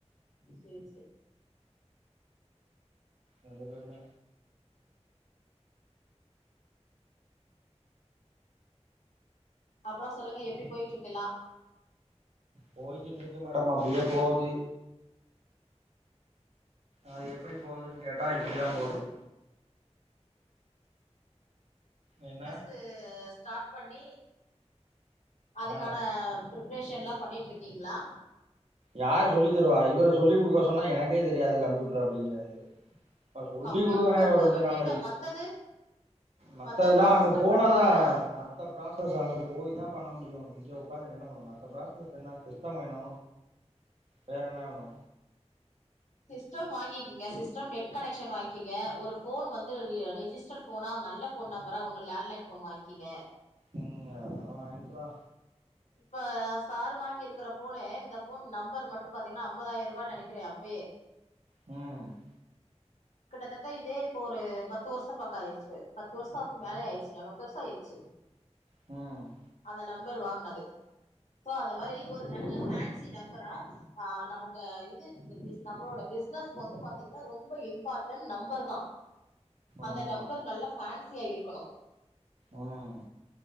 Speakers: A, on the left; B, on the right.
A: சரி சரி
B: ரெண்டு பேருமே
A: அப்புறம் சொல்லுங்க எப்படி போயிட்டு இருக்கு எல்லாம்
B: போய்கிட்டு இருக்கு மேடம் அப்படியே போகுது அது எப்படி போகுதுன்னு கேட்டா இப்டிதான் போகுது
A: பிஸ்னஸ்ஸு
B: என்ன
A: ஸ்டார்ட் பண்ணி அதுக்கான
B: ஆ
A: பிரிப்ரேஷன்ல்லாம் பண்ணிட்டிருக்கீங்களா
B: யார்ரு சொல்லி தருவா இவரு சொல்லி் குடுக்க சொன்னா எனக்கே தெரியாது கம்ப்யூட்டர் அப்படிங்கறாரு அப்ப சொல்லி
A: கம்ப்யூட்டர்
B: கொடுங்காண்ணேஒரு
A: ஒர்க்க
B: ரெண்டு
A: விட்ருங்க
B: நாள் ஆகி
A: மத்தது
B: மத்ததெல்லா
A: மத்த ப்ராசஸ்லா
B: அங்க போனாதா
A: பண்றீங்களா
B: மத்த ப்ராசஸ்லு அங்கே போய் தா பண்ண முடியும் இங்க உக்காந்துட்டு என்ன பண்ண மத்த ப்ராசஸ் என்ன சிஸ்டம் வேணு வேற என்ன வேணு
A: சிஸ்டம் வாங்கிக்கங்க சிஸ்டம் நெட் கனெக்ஷன் வாங்கிக்கங்க ஒரு ஃபோன் வந்து ரிஜிஸ்டர் போனா நல்ல ஃபோன் நம்பரா ஒன்னு லேண்ட்லைன் ஃபோன் வாங்கிங்க
B: ம் அதல்லா வாங்கிக்லா
A: இப்ப சார் வாங்கிருக்கிற ஃபோனு இந்த ஃபோன் நம்பர் மட்டு பாத்தீங்னா ஐம்பதாயிரோ ரூபான்னு நெனக்கிறே அப்பயே
B: ம்
A: கிட்டத்தட்ட இதே இப்போ ஒரு பத்து வருஷ பக்கோ ஆயிடுச்சு பத்து வருஷத்துக்கு மேலே ஆயிடுச்சுங்க பத்து வருஷோ ஆயிடுச்சு
B: ம்
A: அந்த நம்பர் வாங்குனது சோ அந்த மாரி ஒரு நல்ல ஃபேன் சி நம்பரா ஆ நமக்கு இது பிசி நம்மளோட பிசினஸ்க்கு வந்து பாத்தீங்ன்னா ரொம்ப இம்பார்டன்ட் நம்பர் தா அந்த
B: ஆமா
A: நம்பர் நல்லா ஃபேன்சியா இருக்கணு
B: ம்